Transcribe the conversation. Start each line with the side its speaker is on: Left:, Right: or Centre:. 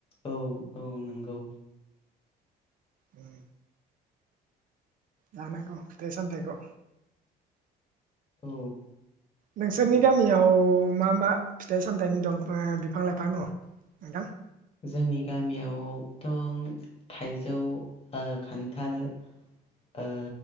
Left: औ औ नोंगौ।
Right: उम जानांगौ फिथाइ सामथाइखौ।
Left: औ।
Right: नोंसोरनि गामियाव मा मा फिथाइ सामथायाइनि दंफा- बिफां लाइफां दं नोंथां!
Left: जोंनि गामियाव थ। थाइजौ ओ खान्थाल ओ।